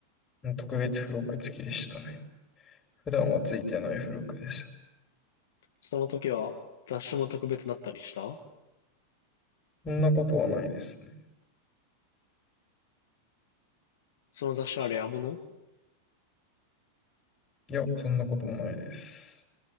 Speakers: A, on the left; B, on the left.
A: うん特別付録付きでしたね。普段はついてない付録でした。
B: その時は雑誌も特別だったりした
A: そんなことはないですね。
B: その雑誌あれ、あもの
A: いや、そんなこともないです。